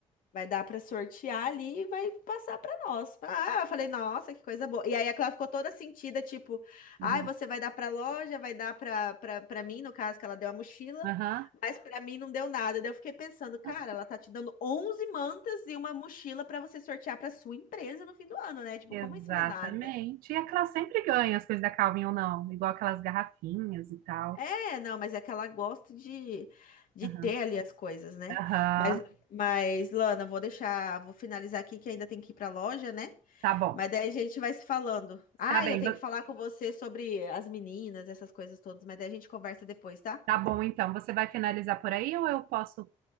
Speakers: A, on the left; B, on the right.
A: Vai dar para sortear ali e vai passar para nós. Ah, eu falei, nossa, que coisa boa. E aí ela ficou toda sentida, tipo,
B: Uhum.
A: ai, você vai dar para loja, vai dar para para mim, no caso que ela deu a mochila,
B: Aham.
A: mas para mim não deu nada. Daí eu fiquei pensando, cara,
B: Nossa, que-
A: ela tá te dando 11 mantas e uma mochila para você sortear para sua empresa no fim do ano, né? Tipo,
B: exatamente.
A: como isso não é nada?
B: E aquelas sempre ganham as coisas da Calvin ou não, igual aquelas garrafinhas e tal.
A: É, não, mas é que ela gosta de, de
B: Aham.
A: ter ali as coisas, né?
B: Aham.
A: Mas, mas, Lana, vou deixar, vou finalizar aqui que ainda tem que ir para a loja, né?
B: Tá bom.
A: Mas daí a gente vai se falando. Ah,
B: Tá bem,
A: eu tenho
B: va-
A: que falar com você sobre as meninas, essas coisas todas, mas daí a gente conversa depois, tá?
B: tá bom então. Você vai finalizar por aí ou eu posso